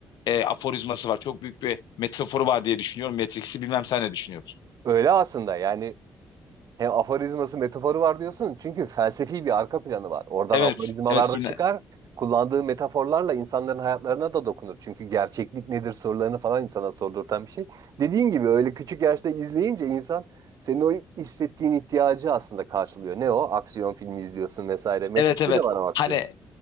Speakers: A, on the left (about 75°); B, on the right (about 55°).
A: e, aforizması var. Çok büyük bir metaforu var diye düşünüyorum. Matrix'i bilmem sen ne düşünüyorsun?
B: Öyle aslında yani hem aforizması metaforu var diyorsun çünkü felsefi bir arka planı var. Oradan
A: Evet,
B: aforizmalar
A: evet, ina-
B: da çıkar. Kullandığı metaforlarla insanların hayatlarına da dokunur. Çünkü gerçeklik nedir sorularını falan insana sordurtan bir şey. Dediğin gibi öyle küçük yaşta izleyince insan senin o hissettiğin ihtiyacı aslında karşılıyor. Ne o? Aksiyon filmi izliyorsun vesaire. Matrix'te
A: evet, evet.
B: de var o aksiyon.
A: Hani